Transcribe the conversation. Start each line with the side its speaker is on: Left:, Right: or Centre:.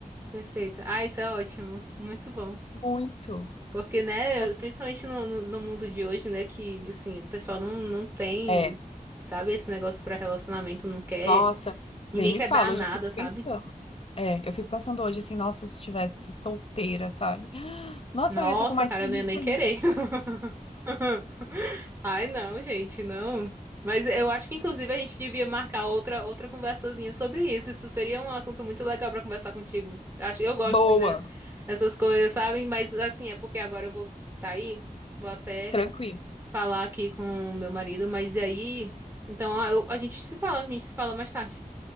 Right: Perfeito. Ah, isso é ótimo. Muito bom.
Left: Muito.
Right: Porque, né,
Left: Mas,
Right: eu- principalmente no, no, no mundo de hoje, né, que, assim, o pessoal não, não tem,
Left: é.
Right: sabe, esse negócio pra relacionamento, não quer.
Left: Nossa.
Right: Ninguém
Left: Nem me
Right: quer
Left: fala,
Right: dar nada,
Left: hoje eu fico
Right: sabe?
Left: pensando. É, eu fico pensando hoje assim, nossa, se estivesse solteira, sabe? <gasps> Nossa,
Right: Nossa,
Left: eu ia estar com mais
Right: cara,
Left: preguiça
Right: eu não ia nem querer.
Left: ainda.
Right: <laughs> Ai, não, gente, não. Mas eu acho que inclusive a gente devia marcar outra outra conversazinha sobre isso. Isso seria um assunto muito legal pra conversar contigo. Acho, eu gosto
Left: <laughs>
Right: assim, né?
Left: Boa,
Right: Essas coisas, sabe? Mas assim, é porque agora eu vou sair, vou até
Left: tranquilo.
Right: falar aqui com meu marido, mas e aí, então a, eu- a gente se fala, a gente se fala mais tarde.